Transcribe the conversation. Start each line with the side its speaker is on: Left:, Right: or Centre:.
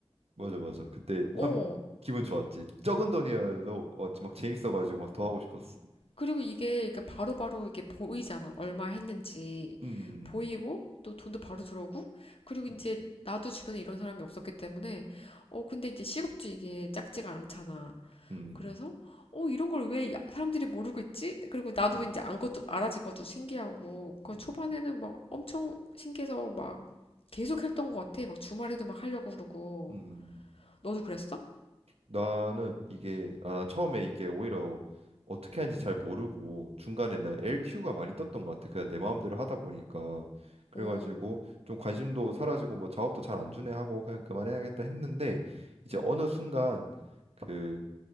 Right: 맞아, 맞아. 그때
Left: 어
Right: 참 기분 좋았지. 적은 돈이어도 어, 막 재밌어가지고 막 더 하고 싶었어.
Left: 그리고 이게 이렇게 바로바로 이게 보이잖아. 얼마 했는지
Right: 음,
Left: 보이고 또 돈도 바로 들어오고 그리고 이제
Right: 음,
Left: 나도 주변에 이런 사람이 없었기 때문에 어 근데 이제 시급도 이게 작지가 않잖아.
Right: 음,
Left: 그래서 어 이런 걸 왜 사람들이 모르고 있지? 그리고 나도
Right: 음,
Left: 이제 안 것도 알아진 것도 신기하고 그
Right: 음,
Left: 초반에는 막 엄청 신기해서 막 계속 했던 것 같아. 막 주말에도 막 하려고 그러고
Right: 음, 음.
Left: 너도 그랬어?
Right: 나는 이게 아, 처음에 이게 오히려 어떻게 하는지 잘 모르고 중간에 내 LQ가 많이 떴던 것 같아. 그냥 내 마음대로 하다 보니까 그래가지고
Left: 어.
Right: 좀 관심도 사라지고 뭐 작업도 잘 안 주네 하고 그냥 그만해야겠다 했는데 이제 어느 순간 그